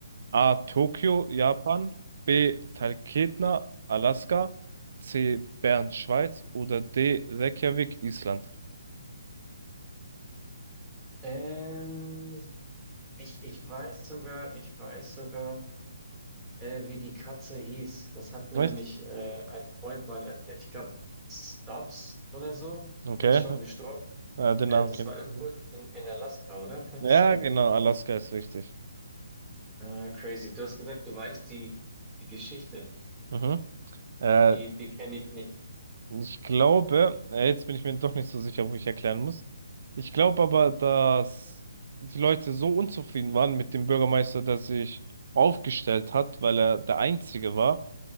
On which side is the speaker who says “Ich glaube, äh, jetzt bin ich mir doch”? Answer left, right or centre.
Right